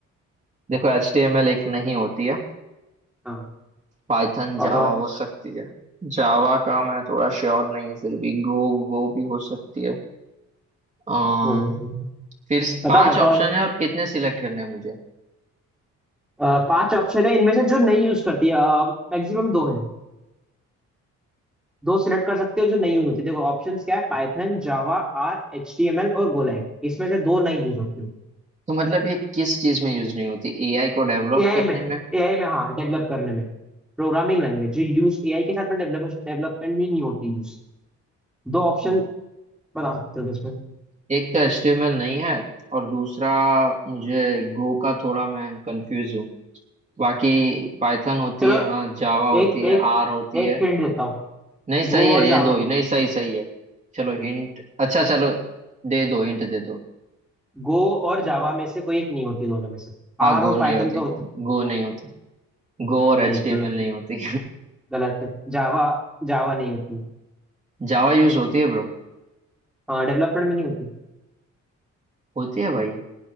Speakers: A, on the right; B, in the centre.
A: देखो एचटीएमएल एक नहीं होती है
B: हाँ
A: पाइथन जावा
B: और और
A: हो सकती है जावा का मैं थोड़ा श्योर नहीं हूँ फिर भी गो गो भी हो सकती है अम,
B: हम्म, हम्म।
A: फिर
B: बताओ
A: पांच
B: बताओ
A: ऑप्शन है और कितने सिलेक्ट करने हैं मुझे
B: अ, पांच ऑप्शन है इनमें से जो नहीं यूज करती है मैक्सिमम दो है दो सिलेक्ट कर सकते हो जो नहीं यूज होती देखो ऑप्शंस क्या है Python Java R H T M L और गोलैंग इसमें से दो नहीं यूज होती है
A: तो मतलब ये किस चीज में यूज नहीं होती एआई को डेवलप
B: एआई
A: करने
B: में
A: में
B: एआई में हाँ डेवलप करने में प्रोग्रामिंग लैंग्वेज जो यूज एआई के साथ में डेवलप डेवलपमेंट में नहीं होती यूज दो ऑप्शन
A: हम्म।
B: बता सकते हो इसमें
A: एक तो एचटीएमएल नहीं है और दूसरा मुझे गो का थोड़ा मैं कंफ्यूज हूँ बाकी पाइथन होती
B: चलो
A: है हाँ जावा होती
B: एक
A: है
B: एक
A: आर होती
B: एक
A: है
B: हिंट देता
A: नहीं
B: गो
A: सही है
B: और जावा
A: ये दो ही नहीं सही सही है चलो हिंट अच्छा चलो दे दो हिंट दे दो
B: गो और जावा में से कोई एक नहीं होती दोनों में से
A: हाँ
B: आर
A: गो
B: और
A: नहीं
B: पाइथन
A: होती
B: तो होती
A: गो नहीं होती गो और
B: नहीं
A: एचटीएमएल
B: गलत
A: नहीं होती
B: गलत है जावा जावा नहीं होती
A: <laughs> जावा यूज होती है ब्रो
B: हाँ डेवलपमेंट में नहीं होती
A: होती है भाई